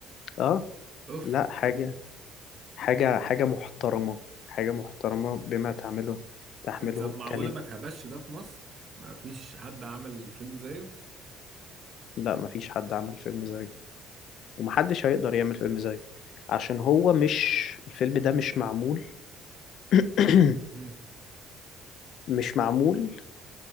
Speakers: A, on the left (about 65°); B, on the right (about 50°).
A: اه
B: اوف
A: لا حاجة حاجة حاجة محترمة حاجة محترمة بما تعمله تحمله
B: طب معقوله
A: كلمة
B: ما اتهبش ده في مصر ما فيش حد عمل فيلم زيه
A: لا مفيش حد عمل فيلم زيه ومحدش هيقدر يعمل فيلم زيه عشان هو مش الفيلم ده مش معمول <clears throat>
B: امم
A: مش معمول